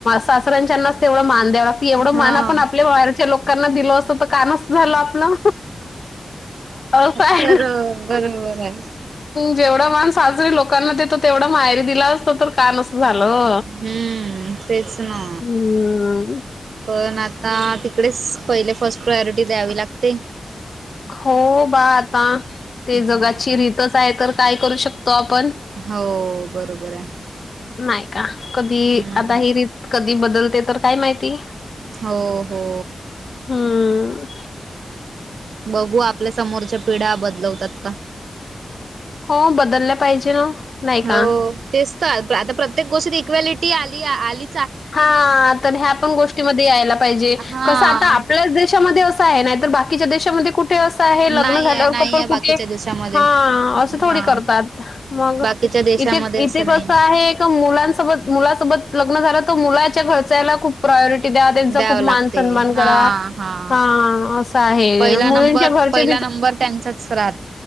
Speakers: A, on the left; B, on the right.
A: सासऱ्यांच्यानाच तेवढं मा ्या क एवढं
B: हा
A: मान आपण आपल्या वारच्या लोकांना दिल असतं तर काना झालं आपलं अ काय
B: बर बरोबर आहे
A: जेवढा माण साजरे लोकांना देतो तेवढा मायरी दिला असत तर का नसत झालो
B: हम्म तेच ना
A: हम्
B: पण आता तिकडेच पहिले फर्स्ट प्रायोरिटी द्यावी लागते
A: हो बा आता ते जगाची
B: हो
A: रीतच आहे तर काय करू शकतो आपण
B: हो बरोबर आहे
A: नाही का कधी
B: हम्म
A: आता ह कधी बदलते तर काय माहिती
B: हो हो
A: हम्म
B: बघू आपल्या समोरच्या पिढ्या बदलवतात का
A: हो बदलल्या पाहिजे ना नाही
B: हो
A: का
B: तेच तर आता प्रत्येक गोष्टीत इक्वेलिटी आली आली
A: हा तर ह्या पण गोष्टीमध्ये यायला पाहिजे
B: हा
A: कस आता आपल्याच देशामध्ये अस नाही तर बाकीच्या देशामध्ये कुठे आहे
B: नाही
A: लग्न झाल्यावर
B: आहे नाही
A: कपड
B: आहे बाकीच्या
A: कुठे
B: देशामध्ये
A: हा असं थोडी
B: हा
A: करतात मग
B: बाकीच्या देशामध्ये
A: इथे
B: असं
A: इथे
B: नाही
A: कस आहे मुलांसोबत मुलासोबत लग्न झालं तर मुलाच्या घरचायला खूप प्रायोरिटी द्या त्यांचा
B: द्यावं
A: खूप
B: लागते
A: मान सन्मान
B: हा
A: करा
B: हा
A: ह अस आहे
B: पहिला
A: मुलींच्या
B: नंबर
A: घरचेी
B: पहिला नंबर त्यांच्याच राह